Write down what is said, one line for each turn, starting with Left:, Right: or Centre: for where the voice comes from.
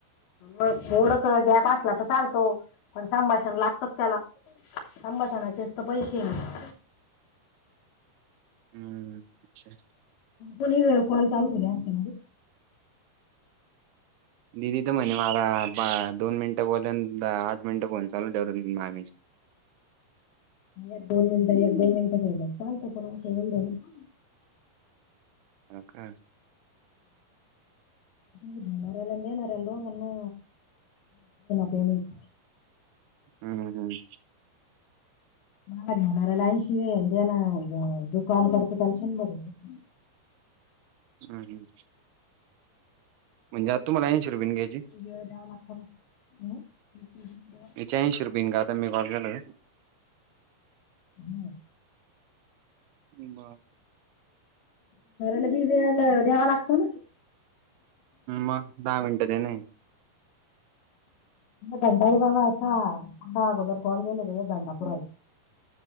Left: मग थोडस गॅप असला तर चालतो पण संभाषण लागतच त्याल संभाषणाचे तर पैसे आहेत.
Right: हम्म अच्छा.
Left: कोणी कॉल चालू केल असत ना.
Right: दिदी तर म्हणे मला दोन मिनिटं बोलल्या आठ मिनट फोन चालू ठेव आम्ही
Left: एक दोन मिनिटं एक दोन मिनिटंलं बोललं चालतं पण असं एवढं नाही.
Right: हो का
Left: नेणाऱ्या नेणाऱ्या रोगांना पणे <unintelligible>
Right: हम्म हम्म
Left: मला घेणारला ऐंशी ये दे ना दु कॉल करत त्याल संद बरी <unintelligible>
Right: हम्म हम्म म्हणजे आ तुम्हाला ऐशी रूपयेने घ्यायची
Left: वला आप <unintelligible> ह् हम् ह <inaudible>
Right: बेच्चनशी रूपये का आता मी कॉल केला
Left: हं.
Right: बरं
Left: ला बी वला द्यावा लागतो ना क <inaudible>
Right: मग दहा मिनटं देणे.
Left: दंडारी बाबा असाा अगोदर कॉल गेले तर दंडापूरयच.